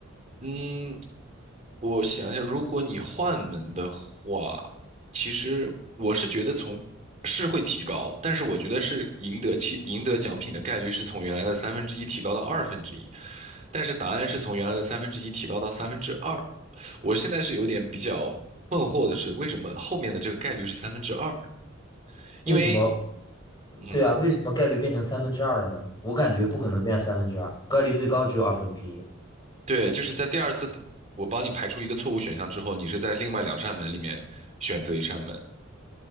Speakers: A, on the right; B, on the left.
A: 嗯，我想一下，如果你换门的话，其实我是觉得从是会提高，但是我觉得是赢得其赢得奖品的概率是从原来的三分之一提高到二分之一，但是答案是从原来的三分之一提高到三分之二。我现在是有点比较困惑的是，为什么后面的这个概率是三分之二？因为。
B: 为什么？
A: 嗯。
B: 对啊，为什么概率变成三分之二了呢？我感觉不可能变成三分之二，概率最高只有二分之一。
A: 对，就是在第二次的我帮你排除一个错误选项之后，你是在另外两扇门里面选择一扇门。